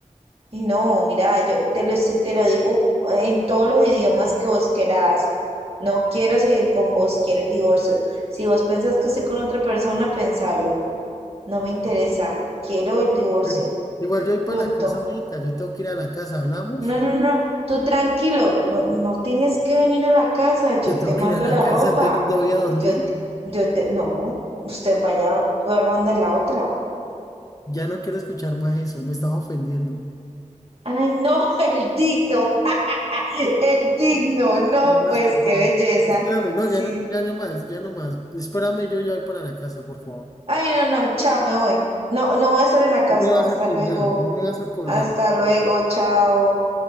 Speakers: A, on the right (about 50°); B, on the left (about 25°).
A: Y no, mira, yo te lo, estoy- te lo digo en todos los idiomas que vos querás. No quiero seguir con vos, quiero el divorcio. Si vos pensás que estoy con otra persona, pensalo. No me interesa. Quiero el divorcio.
B: Bueno, igual yo voy para
A: Punto.
B: la casa ahorita, yo tengo que ir a la casa, ¿hablamos?
A: No, no, no. Tú tranquilo. No, no tienes que venir a la casa. Yo
B: Yo tengo
A: te mando
B: que ir a la
A: la
B: casa,
A: ropa.
B: entonces ¿dónde voy a dormir?
A: Yo te, yo te, no. Usted vaya, duerman de la otra.
B: Ya no quiero escuchar más eso, me estaba ofendiendo.
A: Ay, no, el digno, <laughs> el digno, no,
B: No más,
A: pues
B: por
A: qué
B: favor.
A: belleza.
B: Espérame, no,
A: Sí.
B: ya no, ya no más, ya no más. Espérame, yo ya voy para la casa, por favor.
A: Ay, no, no, chao, me voy. No, no voy a estar en la casa.
B: No me vas
A: Hasta
B: a colgar,
A: luego,
B: no me vas a colgar.
A: hasta luego, chao.